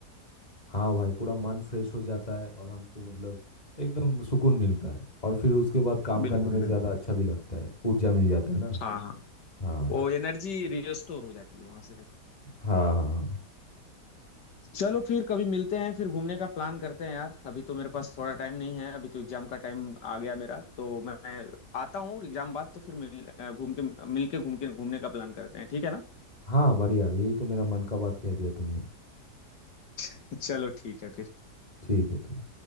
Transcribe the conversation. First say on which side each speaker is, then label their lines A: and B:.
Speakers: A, on the left; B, on the left.
A: हाँ भाई पूरा मन फ्रेश हो जाता है और हमको मतलब एकदम सुकून मिलता है और फिर उसके बाद काम करने
B: बिल्कुल
A: में ज्यादा
B: बिल्कुल
A: अच्छा भी लगता है ऊर्जा मिल जाता है ना
B: हाँ हाँ
A: हाँ
B: वो एनर्जी रिस्टोर हो जाती है वहां से
A: हाँ हाँ हाँ
B: चलो फिर कभी मिलते हैं फिर घूमने का प्लान करते हैं यार अभी तो मेरे पास थोड़ा टाइम नहीं है अभी तो एग्जाम का टाइम आ गया मेरा तो मैं आता हूँ एग्जाम बाद तो फिर मिल घूम के मिल के घूम के घूमने का प्लान करते हैं ठीक है ना
A: हाँ, बढ़िया यही तो मेरा मन का बात कह दिया तुमने
B: <laughs> चलो ठीक है फिर
A: ठीक है ठीक